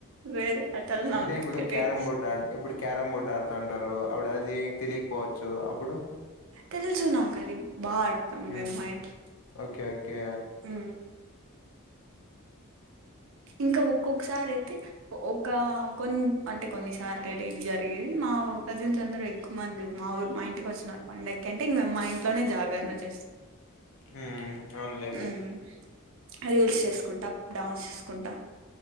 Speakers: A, on the right; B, on the left.
A: వేరే ఆటలు నాకు
B: అంటే ఇప్పుడు
A: తెలీదు
B: క్యారం బోర్డు ఆ ఇప్పుడు క్యారం బోర్డు ఆడుతాంటారు అప్పుడు అది తెలికపోవచ్చు అప్పుడు
A: తెలుసు నాకు అది బాగా అడతాం
B: హ్మ్.
A: మేము మా ఇంట్లో
B: ఓకే. ఓకే.
A: హు ఇంకా ఒక్కొక్కసారి అయితే ఒక కొన్ అంటే కొన్నిసర్టడే జరిగేది మా కజిన్స్ అందరు ఎక్కువ మంది మా ఊ మా ఇంటికి వచ్చన్నారు పండగకి అంటే ఇంగ మా ఇంట్లోనే జాగరణ చేస్త
B: హు అవునులేండి
A: ఉమ్ రీల్స్ చేసుకుంటా డాన్స్ చేసు కుంటా